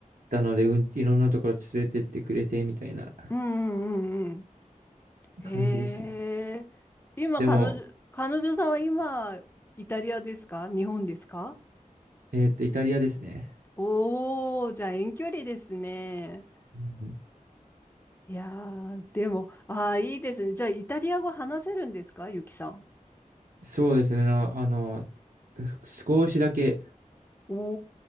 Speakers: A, on the right (about 85°); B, on the left (about 15°).
A: たので、うん、いろんなところ連れてってくれて、みたいな
B: うんうんうんうん。へえ、
A: 感じでしたね。
B: 今彼女、
A: でも、
B: 彼女さんは今、イタリアですか日本ですか
A: えっと、イタリアですね。
B: おー、じゃあ遠距離ですね。
A: うん
B: いやー、でも、あー、いいですね。じゃあイタリア語話せるんですかゆきさん。
A: そうですね。なあの、少しだけ、
B: お